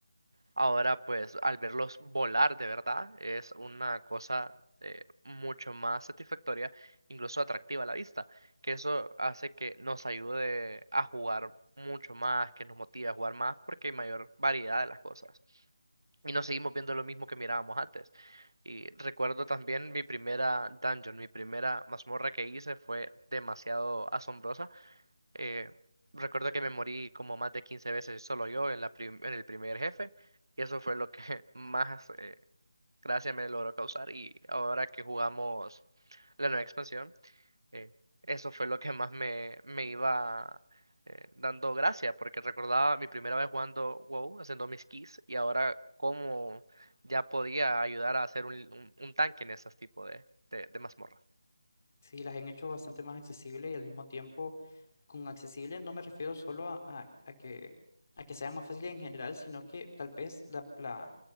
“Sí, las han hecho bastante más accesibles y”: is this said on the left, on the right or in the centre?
Left